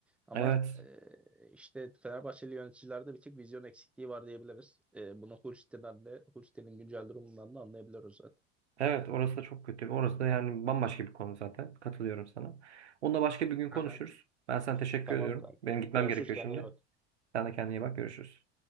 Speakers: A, in the centre; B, on the right.
A: Ama
B: Evet.
A: e, işte Fenerbahçeli yöneticilerde bir tek vizyon eksikliği var diyebiliriz. E, bunu Hulsti'den de, Hulsti'nin güncel durumundan da anlayabiliyoruz zaten.
B: Evet orası da çok kötü. Orası da yani bambaşka bir konu zaten. Katılıyorum sana. Onunla başka bir gün konuşuruz.
A: Aha,
B: Ben sana teşekkür
A: tamam
B: ediyorum.
A: kanka.
B: Benim gitmem
A: Görüşürüz
B: gerekiyor
A: kendine
B: şimdi.
A: iyi bak.
B: Sen de kendine iyi bak. Görüşürüz.